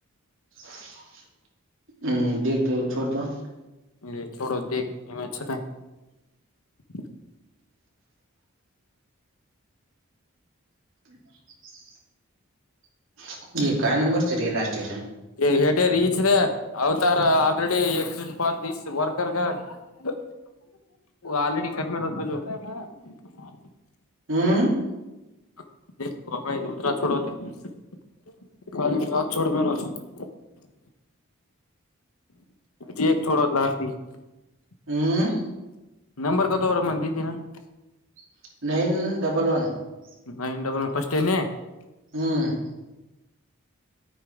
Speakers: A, on the right (about 60°); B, on the left (about 80°).
A: <unintelligible>
B: <unintelligible>
A: <unintelligible> <unintelligible>
B: <unintelligible> <unintelligible>
A: <unintelligible>
B: <unintelligible> <unintelligible>
A: <unintelligible>
B: <unintelligible>
A: <unintelligible>
B: <unintelligible>
A: <unintelligible>